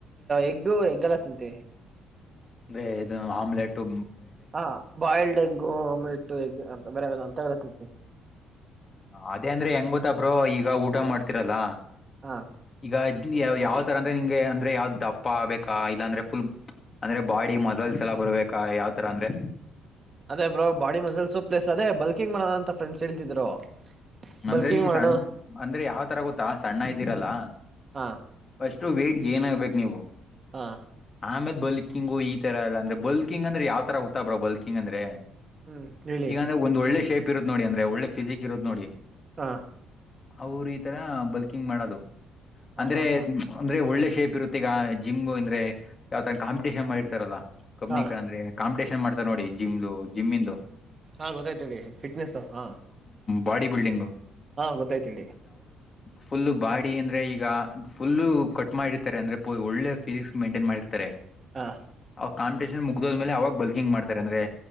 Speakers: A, on the right (about 30°); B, on the left (about 30°).
A: ಎಗ್ಗು ಎಗ್ಗೆಲ್ಲ ತಿಂತ
B: ಅಂದ್ರೆ ಇದು ಆಮ್ಲೆಟು
A: ಹಾ ಬಾಯ್ಲ್ಡ್ ಹೆಂಗು ಅಮ್ಲಿಟ್ಟು ಹೆ ಅಂತ ಬೇರೆ ಅಂತಲ್ಲ ತಿಂತೀವಿ
B: ಅದೇ ಅಂದ್ರೆ ಹೆಂಗ ಗೊತ್ತಬ್ರೋ ಈಗ ಊಟ ಮಾಡ್ತಿರಲ್ಲ
A: ಹಾ
B: ಈಗ ಇದ್ದ ಯಾವ್ ತರ ಅಂದ್ರೆ ನಿಂಗೆ ಅ್ರೆ ಯಾವ್ದ ದಪ್ಪ ಆಗ್ಬೇಕಾ ಇಲ್ಲಾಂದ್ರೆ ಫುಲ್ ಅಂದ್ರೆ ಬಾಡಿ ಮಸಲ್ಸ್ ಎಲ್ಲ ಬರು ಬಾ ಯಾವ್ ತರ ಅಂದ್ರೆ
A: ಅದೇ ಬ್ರೋ ಬಾಡಿ ಮಸಲ್ಸ್ ಪ್ಲಸ್ ಅದೇ ಬಲ್ಕಿಂಗ್ ಮಾಡೋದ ಅಂತ ಫ್ರೆಂಡ್ಸ್ ಹೇಳ್ತಿದ್ರು
B: ಅಂದ್ರೆ
A: ಬಲ್ಕಿಂಗ್
B: ನೀ
A: ಮಾಡು
B: ಸಣ್ಣ ಅಂದ್ರೆ ಯಾವ್ ತರ ಗೊತ್ತಾ ಸಣ್ಣ ಇದ್ದೀರಲ್ಲ
A: ಹಾ
B: ಅಷ್ಟು ವೇಟ್ ಗೈನ್ ಆಗ್ಬೇಕು ನೀವು.
A: ಹಾ.
B: ಆಮೇಲೆ ಬಕಿಂಗ್ ಈ ತರ ಎಲ್ಲ ಅಂದ್ರ ಬಕಿಂಗ್ ಅಂದ್ರೆ ಯಾವ ತರ ಹತ್ತಾ ಬ್ರೋ ಬಕಿಂಗ್ ಅಂದ್ರೆ.
A: ಹ್ಮ್ ಹೇಳಿ
B: ಈಗ ಅಂದ್ರೆ ಒಂದ್ ಒಳ್ಳೆ ಶೇಪ್ ಇರುತ್ತತ್ ನೋಡಿ ಅಂದ್ರೆ ಒಳ್ಳೆ ಫಿಸಿಿಕ್ ಇರುತ್ತತ್ ನೋಡಿ
A: ಹ
B: ಅವರು ಈ ತರ ಬಲ್ಕಿಂಗ್ ಮಾಡೋದು
A: ಹಾ
B: ಅಂದ್ರೆ
A: ಹಾ ಹಾ
B: ಅಂದ್ರೆ ಒಳ್ಳೆ ಶೇಪ್ ಇರುತ್ತ ಈಗ ಜಿಮ್ ಅಂದ್ರೆ ಯಾವ ತರ ಕಾಂಪಿಟೇಷನ್ ಮಾಡಿರ್ತಾರಲ್ಲ ಕಬ್ನಿ
A: ಹಾ
B: ಅಂದ್ರೆ ಕಾಂಟನ್ ಮಾಡ್ತಾರೆ ನೋಡಿ ಜಿಮ್ ಜಿಮ್ ಇಂದು
A: ಹಾ ಗೊತ್ತಾಯ್ತಿ ಫಿಟ್ನೆಸ್ ಹಾ
B: ಬಾಡಿ ಬಿಲ್ಡಿಂಗ್
A: ಹಾ ಗೊತ್ತಾಯ್ತಿ
B: ಫುಲ್ ಬಾಡಿ ಅಂದ್ರೆ ಈಗ ಫುಲ್ಲು ಕಟ್ ಮಾಡಿರ್ತಾರೆ ಅಂದ್ರೆ ಒಳ್ಳೆ ಫಿಸಿಕ್ಸ್ ಮೈಂಟೈನ್ ಮಾಡಿರ್ತಾರೆ
A: ಹಾ
B: ಅವ್ರ್ ಕಾಂಪಿಟಿಷ ಜಿಮ್ ಮುಗ್ದೋದ್ಮೇಲೆ ಅವಾಗ ಬಲ್ಕಿಂಗ್ ಮಾಡತಾರೆ ಅಂದ್ರೆ